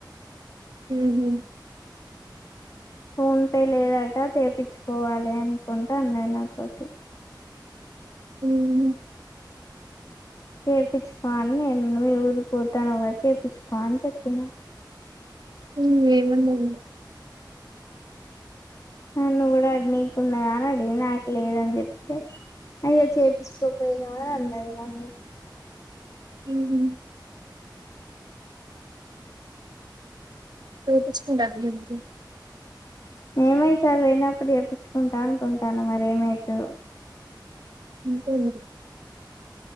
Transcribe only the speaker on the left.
ఫోన్ పే లేదట చేపచ్చుకోవాలి అనుకుంటే అన్నది నాతోటి
చేయిించుకో అని నేను అన్న మీ ఊరికి పోతానువ చేయిించుకోని చెప్పినా
నన్ను కూడా అ నీకున్నాదా అని అడిగింది నాకు లేదని చెప్పితే అయ్యో చేపంచుకోపోయినావ్ అన్నది నన్ను
ఏమో ఈసారి పోయినప్పుడు చెప్పించుకుంటా అనుకుంటాన మరి ఏమైతదో